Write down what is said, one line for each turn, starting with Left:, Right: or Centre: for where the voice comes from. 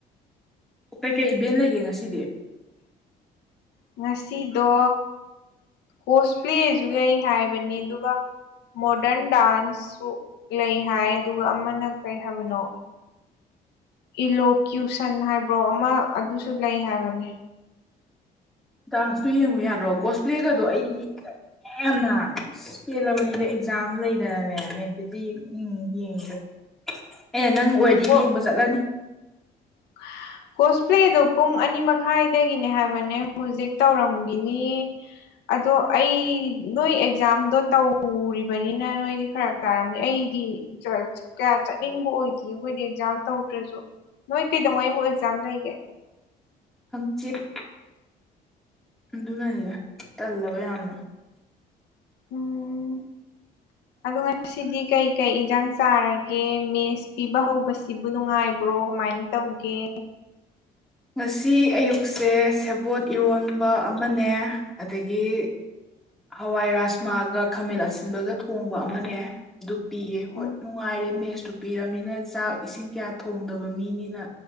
Centre: ꯑꯣ ꯀꯩ ꯀꯩ ꯏꯚꯦꯟ ꯂꯩꯒꯦ ꯉꯁꯤꯗꯤ
Left: ꯉꯁꯤꯗꯣ ꯀꯣꯁꯄ꯭ꯂꯦꯁꯨ ꯂꯩ ꯍꯥꯏꯕꯅꯦ ꯑꯗꯨꯒ ꯃꯣꯗꯔꯟ ꯗꯥꯟꯁꯁꯨ ꯂꯩ ꯍꯥꯏ ꯑꯗꯨꯒ ꯑꯃꯅ ꯀꯔꯤ ꯍꯥꯏꯕꯅꯣ ꯏꯂꯣꯀ꯭ꯌꯨꯁꯟ ꯍꯥꯏꯕ꯭ꯔꯣ ꯑꯃ ꯑꯗꯨꯁꯨ ꯂꯩ ꯍꯥꯏꯕꯅꯦ
Centre: ꯗꯥꯟꯁꯇꯣ ꯌꯦꯡꯉꯨ ꯌꯥꯔ꯭ꯔꯣ ꯒꯣꯁꯄ꯭ꯂꯦꯒꯗꯣ ꯑꯩ ꯍꯦꯛꯇ ꯌꯥꯝꯅ ꯑꯁ ꯄꯦꯜꯂꯕꯅꯤꯗ ꯑꯦꯛꯖꯥꯝ ꯂꯩꯗꯅꯅꯦ ꯃ ꯑꯗꯨꯗꯤ ꯎꯝ ꯌꯦꯡꯁꯦ ꯑꯦꯅꯦ ꯅꯪ ꯑꯣꯏꯔꯗꯤ
Left: ꯀꯣ
Centre: ꯌꯦꯡꯕ ꯆꯠꯂꯅꯤ
Left: <unintelligible> ꯀꯣꯁꯄ꯭ꯂꯦꯗꯣ ꯄꯨꯡ ꯑꯅꯤ ꯃꯈꯥꯏꯗꯒꯤꯅꯦ ꯍꯥꯏꯕꯅꯦ ꯍꯧꯖꯤꯛ ꯇꯧꯔꯝꯒꯤꯅꯤ ꯑꯗꯣ ꯑꯩ ꯅꯣꯏ ꯑꯦꯛꯖꯥꯝꯗꯣ ꯇꯧ ꯎꯔꯤꯕꯅꯤꯅ ꯅꯣꯏꯗꯤ ꯐꯔꯛ ꯇꯥꯔꯝꯅꯤ ꯑꯩꯗꯤ ꯀꯌꯥ ꯆꯠꯅꯤꯡꯕ ꯑꯣꯏꯗꯦ ꯑꯩꯈꯣꯏꯗꯤ ꯑꯦꯛꯖꯥꯝ ꯇꯧꯗ꯭ꯔꯁꯨ ꯅꯣꯏ ꯀꯩꯗꯧꯉꯩꯨꯛ ꯑꯦꯛꯖꯥꯝ ꯂꯩꯒꯦ
Centre: ꯍꯪꯆꯤꯠ ꯑꯗꯨꯅꯅꯤꯗ ꯇꯜꯂꯕ ꯌꯥꯝꯅ
Left: ꯎꯝ ꯑꯗꯨꯒ ꯁꯤꯗꯤ ꯀꯩꯀꯩ ꯏꯟꯁꯥꯡ ꯆꯥꯔꯒꯦ ꯃꯦꯁ ꯄꯤꯕ ꯍꯧꯕꯁꯤꯕꯨ ꯅꯨꯡꯉꯥꯏꯕ꯭ꯔꯣ ꯀꯃꯥꯏꯅ ꯇꯧꯒꯦ
Centre: ꯉꯁꯤ ꯑꯌꯨꯛꯁꯦ ꯁꯦꯕꯣꯠ ꯏꯔꯣꯟꯕ ꯑꯃꯅꯦ ꯑꯗꯒꯤ ꯍꯋꯥꯏ ꯔꯥꯥꯁꯃꯥꯒ ꯈꯥꯃꯦꯟ ꯑꯁꯤ ꯑꯁꯤꯤꯟꯕꯒ ꯊꯣꯡꯕ ꯑꯃꯅꯦ ꯑꯗꯨ ꯄꯤꯑꯦ ꯍꯣꯏ
Left: ꯎꯝ
Centre: ꯅꯨꯡꯉꯥꯏꯔꯦ ꯃꯦꯁꯇꯨ ꯄꯤꯔꯕꯅꯤꯅ ꯆꯥꯛ ꯏꯁꯤꯡ ꯀꯌꯥ ꯊꯣꯡꯗꯕ ꯃꯤꯅꯤꯅ